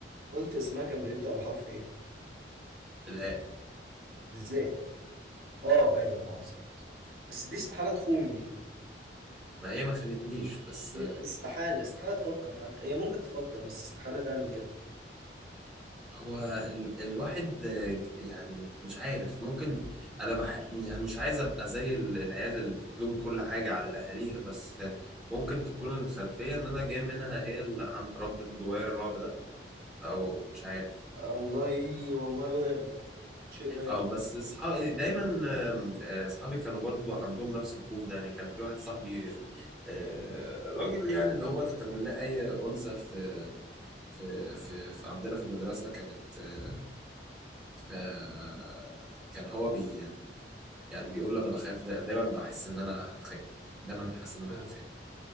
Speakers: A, on the right (about 50°); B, in the centre.
A: قلت اسمها كان بيبدا بحرف ايه
B: الهاء
A: ازاي اه ايوه اه صح صح بس دي استحاله تخون دي
B: ما هي ما خانتنيش بس
A: هي استحاله استحاله تفكر حتى هي ممكن تفكر بس استحاله تعمل كده
B: هو ال- الواحد آه، يعني مش عارف ممكن انا بح... يعني مش عايز ابقى زي ال- العيال اللي بتلوم كل حاجة على اهاليها بس آه، ممكن تكون الخلفية ان انا جاي منها هي اللي عم... ربت جوايا الرعب ده او مش عارف
A: والله والله وارد شيء وارد
B: او بس اصحابي دايما آم، آه، اصحابي كانوا برضو عندهم نفس الخوف ده يعني كان في واحد صاحبي آه، راجل يعني اللي هو تتمناه اي انثى في في في في عندنا في المدرسة كانت آه، آه، كان هو بي يعني بيقول انا بخاف دا- دايما بحس ان انا هتخان دايما حاسس ان انا
A: اه
B: هتخان